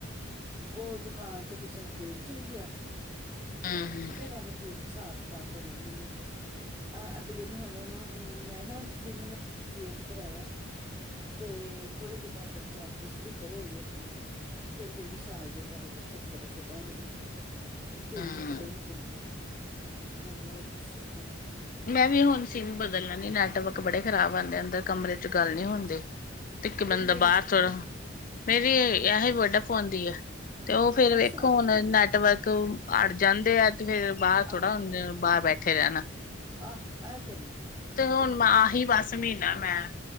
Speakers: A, on the right (about 20°); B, on the left (about 40°).
A: ਉਹ ਦੁਕਾਨ ਤੇ ਕਿਸੇ ਨੂੰ ਦੇਣ ਚੱਲ ਗਿਆ,
B: ਹਮ
A: ਪਤਾ ਨੀ ਕੀ ਹਿਸਾਬ ਕਿਤਾਬ ਬਣਿਆ ਮੈਨੂੰ ਤੇ, ਆਹ ਆਂਟੀ ਕਹਿੰਦੀ ਹੁਣ ਉਹਨੂੰ ਮੈਂ ਨਾ ਸਿਮ ਨੂੰ ਜੀਓ 'ਚ ਕਰਾਇਆ। ਤੇ ਥੋੜੇ ਜਿਹੇ ਪੈਸੇ ਪਵਾਤੇ ਸੀ ਵੀ ਕਰੋ ਹਜੇ ਫੋਨ। ਫਿਰ ਕਹਿੰਦੀ ਸਾਲ ਦੇ ਪੈਸੇ ਇਕੱਠੇ ਪਵਾ ਛੱਡਾਂਗੇ ਨਾ। ਫਿਰ
B: ਹਮ
A: ਮੁਸ਼ਕਿਲ ਨਹੀਂ ਪੈਂਦੀ, ਮੈਂ ਕਿਹਾ ਅੱਛਾ।
B: ਮੈਂ ਵੀ ਹੁਣ ਸਿਮ ਬਦਲ ਲੈਂਣੀ ਨੈਟਵਰਕ ਬੜੇ ਖ਼ਰਾਬ ਆਉਦੇ, ਅੰਦਰ ਕਮਰੇ 'ਚ ਗੱਲ ਨਹੀਂ ਹੁੰਦੀ। ਤੇ ਇੱਕ
A: ਤੇਰੀ
B: ਬੰਦਾ
A: ਕਿਹੜੀ
B: ਬਾਹਰ ਥੋੜ੍ਹਾ, ਮੇਰੀ ਇਹੀ ਵੋਡਾ ਫੋਨ ਦੀ ਹੈ। ਤੇ ਉਹ ਫੇਰ
A: ਅੱਛਾ
B: ਵੇਖੋ ਹੁਣ ਨੈਟਵਰਕ ਅੜ ਜਾਂਦੇ ਆ ਤੇ ਫੇਰ ਬਾਹਰ
A: ਆਹ
B: ਥੋੜਾ ਹੁਣ ਬਾਹਰ ਬੈਠੇ ਰਹਿਣਾ।
A: ਆਹ, ਐ ਤੇ ਹੈਈਏ।
B: ਤੇ ਹੁਣ ਆਹੀ ਬਸ ਮਹੀਨਾ ਮੈਂ,